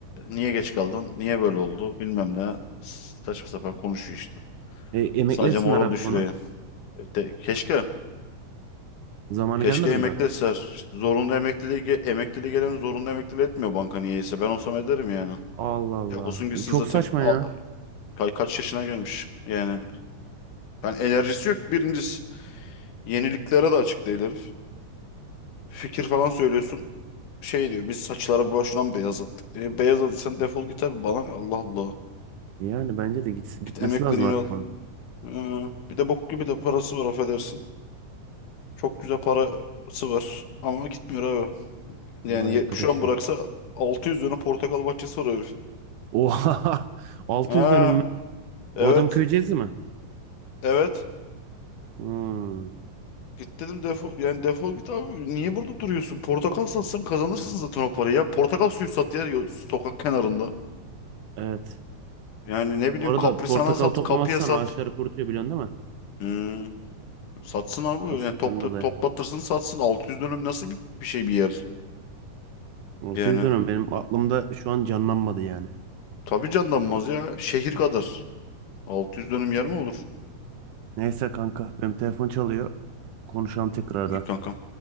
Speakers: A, on the left; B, on the right.
A: Niye geç kaldın? Niye böyle oldu? Bilmem ne. Saçma sapan konuşuyor işte.
B: E, emekli
A: Sadece
B: etsinler
A: moral
B: artık
A: düşürüyor.
B: onu.
A: E de- keşke.
B: Zamanı
A: Keşke
B: gelmedi
A: emekliler.
B: mi daha?
A: İşte zorunlu emekliliği, ge- emekliliği gelen zorunlu emekliliği etmiyor banka niyeyse. Ben olsam ederim yani.
B: Allah Allah.
A: Ya olsun gitsin
B: Çok
A: zaten
B: saçma
A: A-
B: ya.
A: ka- kaç yaşına gelmiş. Yani ben enerjisi yok birincisi. Yeniliklere de açık değil herif. Fikir falan söylüyorsun. şey diyor biz saçları boşuna mı beyazlattık diye. Beyazladıysan defol git abi bana. ne? Allah Allah.
B: Yani bence de git, gitmesi
A: Git emeklerini
B: lazım artık
A: al.
B: onun.
A: Ee, bir de bok gibi de parası var affedersin. Çok güzel parası var ama gitmiyor abi.
B: Vay
A: Yani ye-
B: arkadaş
A: şu an
B: ya.
A: bıraksa 600 dönüm portakal bahçesi var herifin.
B: Oha! <laughs> 600
A: Ha
B: dönüm mü?
A: evet
B: O adam köyceğiz mi?
A: evet.
B: Hmm,
A: Git dedim defol yani defol git abi. Niye burada duruyorsun? Portakal satsan kazanırsın zaten o parayı ya. Portakal suyu sat ya yo- sokak kenarında.
B: evet.
A: Yani ne bileyim
B: Bu arada
A: kaprisana
B: portakal
A: sat,
B: toplamazsan
A: kapıya sat.
B: ağaçları kurutuyor biliyorsun değil mi?
A: Hmm. Satsın abi.
B: Asitten
A: Yani topla,
B: dolayı.
A: toplatırsın satsın. altı yüz dönüm nasıl bir, bir şey bir yer?
B: 600
A: Yani
B: dönüm benim aklımda şu an canlanmadı yani.
A: tabii canlanmaz ya. Şehir kadar. altı yüz dönüm yer mi olur?
B: Neyse kanka benim telefon çalıyor. Konuşalım tekrardan.
A: İyi kankam.